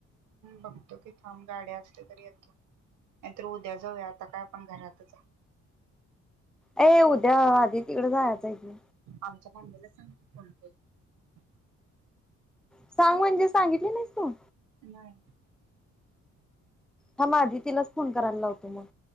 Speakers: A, on the right (about 80°); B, in the centre.
A: बघतो की थांब गाड्या असल्या तर येतो. नाहीतर उद्या जाऊया, आता काय आपण घरातच.
B: ये उद्या आधी तिकडें जायचंय त.
A: आमचं मम्मी ला सांग की फोन करून.
B: सांग म्हणजे, सांगितले नाहीस तू?
A: नाय.
B: थांब आधी तिलाच फोन करायला लावतो मग.